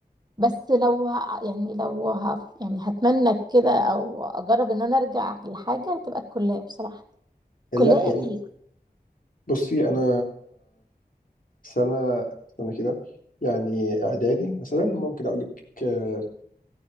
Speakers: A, on the right (about 25°); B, on the left (about 60°).
A: بس لو ه... يعني لو ه... يعني هتمنى كده او اجرب ان انا ارجع لحاجه هتبقى الكليه بصراحه الكليه
B: لا يعني
A: اكيد
B: بصي انا سنه سنه كده يعني اعدادي مثلا ممكن اقول لك آه،